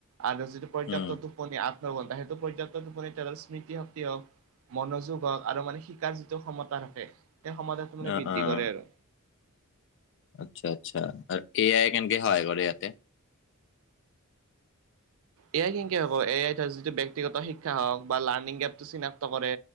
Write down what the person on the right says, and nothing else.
আৰু যিটো পৰ্যাপ্ত
টোপনি আঠ ন ঘন্টা সেইটো। পৰ্যাপ্ত টোপনিৰ স্মৃতিশক্তি হওক মনোযোগ হওক আৰু মানে শিকাৰ যিটো ক্ষমতা থাকে এ সমাধানটো মানে
বৃদ্ধি
কৰে আৰু।
এয়াই কেনেকে হব এয়াই ব্যক্তিগত শিক্ষা হওক বা লাৰ্ণিং এপটো চিনাক্ত কৰে,